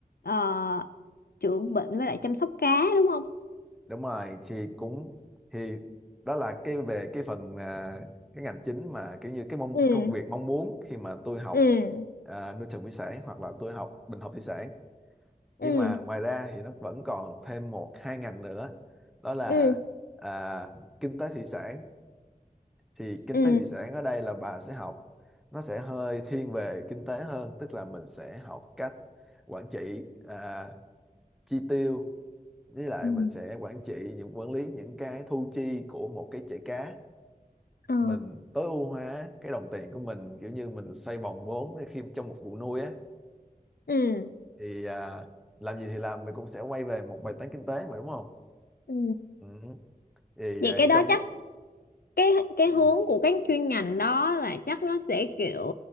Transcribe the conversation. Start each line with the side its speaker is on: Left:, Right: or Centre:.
Left: uh, chữa bệnh với lại chăm sóc cá đúng không?
Centre: đúng rồi thì cũng thì đó là cái về cái phần à, cái ngành chính mà kiểu như cái mong
Left: ừ
Centre: công việc mong muốn khi mà tôi học
Left: ừ
Centre: à, nuôi trồng thủy sản hoặc là tôi học bình học thủy sản nhưng
Left: Ừ
Centre: mà ngoài ra thì nó vẫn còn thêm một hai ngành nữa đó là
Left: ừ
Centre: à, kinh tế thủy sản thì kinh
Left: ừ
Centre: tế thủy sản ở đây là bà sẽ học nó sẽ hơi thiên về kinh tế hơn tức là mình sẽ học cách quản trị à, chi tiêu với lại
Left: ừ
Centre: mình sẽ quản trị những quản lý những cái thu chi của một cái chảy cá
Left: ờ
Centre: mình tối ưu hóa cái đồng tiền của mình kiểu như mình xây vòng vốn khi trong một vụ nuôi á
Left: ừ
Centre: thì à, làm gì thì làm mình cũng sẽ quay về một bài toán kinh tế mà đúng không
Left: ừ
Centre: ừ. thì
Left: vậy
Centre: à,
Left: cái đó
Centre: trong
Left: chắc cái cái
Centre: ừ,
Left: hướng của các chuyên ngành đó là chắc nó sẽ kiểu